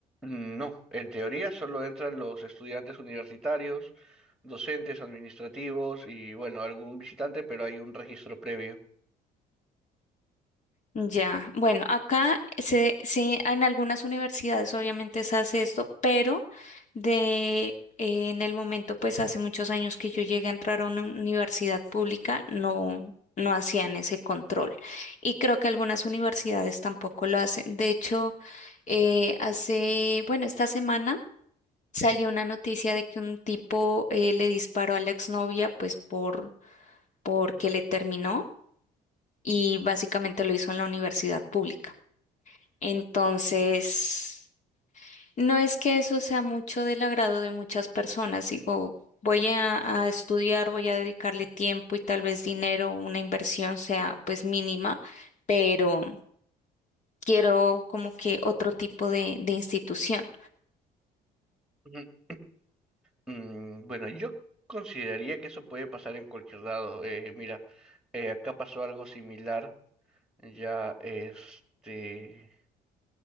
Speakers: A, in the centre; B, on the left.
A: Mm, No, en teoría solo entran los estudiantes universitarios, docentes, administrativos y bueno, algún visitante, pero hay un registro previo.
B: Ya, bueno, acá se, se- en algunas universidades obviamente se hace esto, pero de eh, en el momento, pues hace muchos años que yo llegué a entrar a una universidad pública, no, no hacían ese control. Y creo que algunas universidades tampoco lo hacen. De hecho, eh, hace, bueno, esta semana salió una noticia de que un tipo eh, le disparó a la exnovia, pues por, porque le terminó y básicamente lo hizo en la universidad pública. Entonces, no es que eso sea mucho del agrado de muchas personas. Digo, voy a, a estudiar, voy a dedicarle tiempo y tal vez dinero, una inversión sea pues mínima, pero quiero como que otro tipo de, de institución.
A: <clears throat> Mm, Bueno, yo consideraría que eso puede pasar en cualquier lado. Eh, mira, eh, acá pasó algo similar ya este,